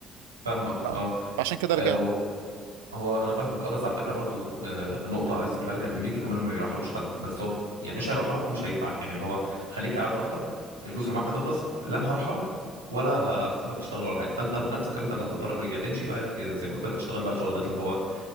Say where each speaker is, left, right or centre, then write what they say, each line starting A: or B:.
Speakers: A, on the right (about 85°); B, on the right (about 70°).
A: فاهمك
B: لا
A: اه
B: عشان كده
A: آه،
B: رجعت
A: هو هو انا فاهمك اه بس على فكره برضو آه، نقطه عايز اقولها لك ان امريكا كمان ما بيرحلوش حد بس هو ف- يعني مش هيرحلك لك ومش هيدفعك يعني اللي هو خليك قاعد براحتك الفلوس اللي معاك هتخلص لا انا هرحلك لك ولا هسيبك تشتغل ولا حاجه فانت بنفسك انت اللي هتضطر يا تمشي بقى يا زي ما قلت لك تشتغل بقى شغلانات اللي هو